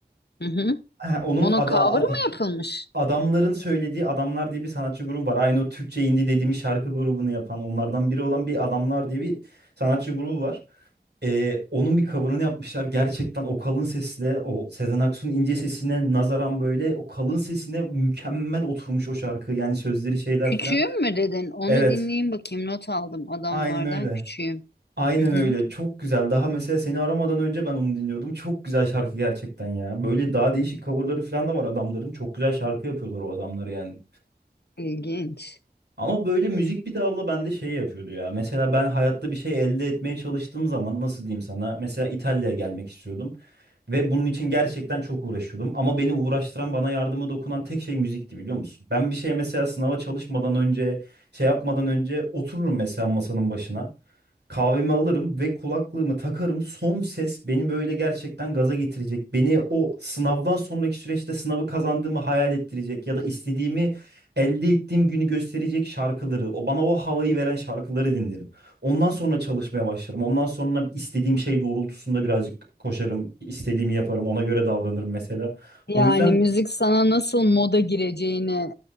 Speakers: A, on the left; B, on the right.
A: Hı hı.
B: Ha, onun
A: Onun
B: ada,
A: cover'ı
B: Ad-
A: mı yapılmış?
B: adamların söylediği Adamlar diye bir sanatçı grubu var. Aynı o Türkçe indie dediğimiz şarkı grubunu yapan onlardan biri olan bir Adamlar diye bir sanatçı grubu var. E, onun bir coverını yapmışlar. Gerçekten o kalın sesle o Sezen Aksu'nun ince sesine nazaran böyle o kalın sesine mükemmel oturmuş o şarkı. Yani sözleri şeyler
A: Küçüğüm
B: filan.
A: mü dedin? Onu
B: Evet,
A: dinleyeyim bakayım. Not aldım adamlardan
B: aynen öyle.
A: küçüğüm.
B: Aynen
A: Hı hı.
B: öyle. Çok güzel. Daha mesela seni aramadan önce ben onu dinliyordum. Çok güzel şarkı gerçekten ya. Böyle daha değişik coverları falan da var adamların. Çok güzel şarkı yapıyorlar o adamlar yani.
A: İlginç.
B: Ama böyle müzik bir de abla bende şey yapıyordu ya. Mesela ben hayatta bir şey elde etmeye çalıştığım zaman nasıl diyeyim sana? Mesela İtalya'ya gelmek istiyordum ve bunun için gerçekten çok uğraşıyordum. Ama beni uğraştıran, bana yardımı dokunan tek şey müzikti biliyor musun? Ben bir şeye mesela sınava çalışmadan önce, şey yapmadan önce otururum mesela masanın başına. Kahvemi alırım ve kulaklığımı takarım. Son ses beni böyle gerçekten gaza getirecek. Beni o sınavdan sonraki süreçte sınavı kazandığımı hayal ettirecek ya da istediğimi elde ettiğim günü gösterecek şarkıları, o bana o havayı veren şarkıları dinlerim. Ondan sonra çalışmaya başlarım. Ondan sonra istediğim şey doğrultusunda birazcık koşarım, istediğimi yaparım, ona göre davranırım mesela.
A: Yani
B: O yüzden
A: müzik sana nasıl moda gireceğini